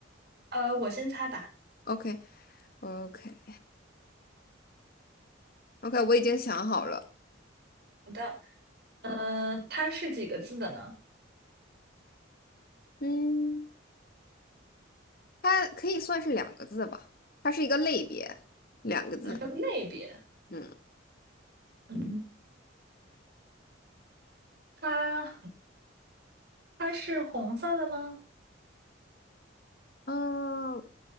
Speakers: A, on the right; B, on the left.
A: 呃，我先猜吧。
B: ？OK OK OK，我已经想好了。
A: 好的，呃，它是几个字的呢？
B: 嗯，它可以算是两个字吧，它是一个类别，两个字。
A: 它是个类别。
B: 嗯
A: 嗯，它它是红色的吗？
B: 啊，呃